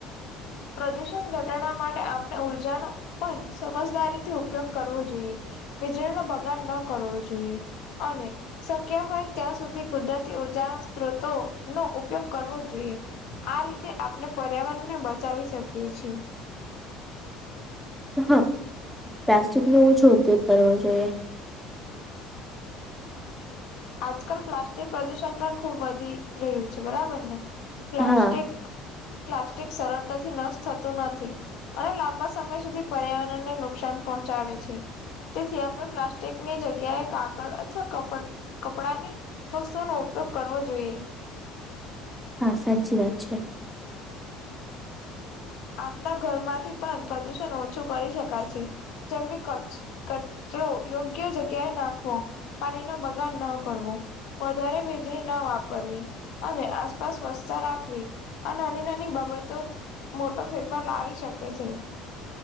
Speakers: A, on the left (about 70°); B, in the centre.
A: પ્રદૂષણ ઘટાડવા માટે આપણે ઉર્જાનો પણ સમજદારીથી ઉપયોગ કરવો જોઈએ. વીજળીનો બગાડ ન કરવો જોઈએ અને શક્ય હોય ત્યાં સુધી કુદરતી ઉર્જા સ્ત્રોતો નો ઉપયોગ કરવો જોઈએ. આ રીતે આપણે પર્યાવરણ ને બચાવી શકીએ છીએ.
B: હા પ્લાસ્ટિકનો ઓછો ઉપયોગ કરવો જોઈએ.
A: આજકાલ પ્લાસ્ટિક પ્રદુષણ પણ ખુબ વધી રહ્યું છે. બરાબર ને પ્લાસ્ટિક
B: હા
A: પ્લાસ્ટિક સરળતાથી નષ્ટ થતું નથી. અને લાંબા સમય સુધી પર્યાવરણને નુકસાન પહોંચાડે છે. તેથી આપણે પ્લાસ્ટિકની જગ્યાએ કાગળ અથવા કપ કપડા ની વસ્તુઓ નો ઉપયોગ કરવો જોઈએ.
B: હા સાચી વાત છે.
A: આપના ઘરમાંથી પણ પ્રદુષણ ઓછું કરી શકાય છે. જેમકે કચ કચરો યોગ્ય જગ્યાએ નાખવો. પાણી નો બગાડ ન કરવો, વધારે વીજળી ના વાપરવી. અને આસપાસ સ્વચ્છતા રાખવી. આ નાની નાની બાબતો મોટો ફેરફાર લાવી શકે છે.